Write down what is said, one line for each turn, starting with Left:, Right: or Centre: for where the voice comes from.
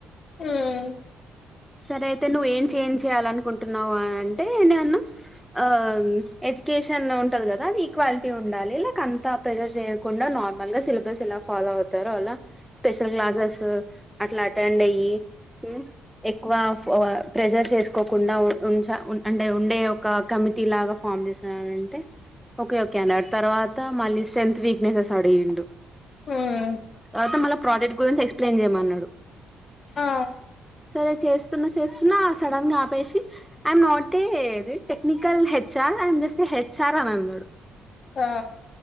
Left: హ్మ్
Centre: సరే అయితే నువేం ఏం చేంజ్ చెయాల అనుకుంటున్నావు అంటేనే అన్నా ఆ ఎడ్యుకేషన్ ఉంటది కదా అ ఈక్వాలిటీ ఉండాలి ఇక అంతా ప్రెజర్ చేయకుండా నార్మల్ గ సిలబస్ ఇలా ఫాలో అవుతారో ఆలా స్పెషల్ క్లాస్సేస్ అట్లా స్టండ్ అయ్యి హ్మ్ ఎక్కువ ప్రెజర్ చేసుకోకుండా ఉ అంటే ఉండే ఒక కమిటీ లాగా ఫామ్ చేసంటే ఓకే ఓకే అన్నడు తర్వాత మళ్ళీ స్ట్రెంత్ వీక్నెసెస్ అడిగిండు
Left: హ్మ్
Centre: తర్వాత మళ్ళా ప్రాజెక్ట్ గురించి ఎక్స్ప్లెయిన్ చేయమన్నాడు
Left: ఆ
Centre: సరే చేస్తున్నా చేస్తున్నా సడన్ గా ఆపేసి I'm not a the technical HR I'm just HR అని అన్న డు
Left: ఆ